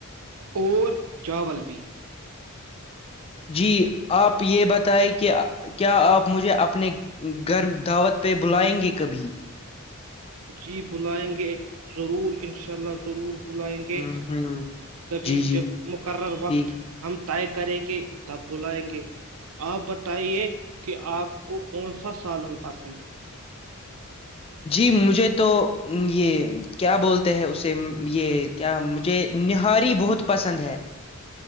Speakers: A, on the right; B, on the left.
A: اور چاول پی
B: جی آپ یہ بتائیں کہ کیا آپ مجھے اپنے گھر دعوت پہ بلائیں گے کبھی
A: جی بلائیں گے ضرور ان شاء اللہ ضرور بلائیں گے
B: ہوں ہوں
A: کبھی
B: جی جی
A: جب مقرر وقت
B: ٹھیک
A: ہم تو طے کریں گے تب بلائیں گے آپ بتائیے کہ آپ کو کون سا سالن پسند ہے
B: جی مجھے تو یہ کیا بولتے ہیں اسے یہ کیا مجھے نہاری بہت پسند ہے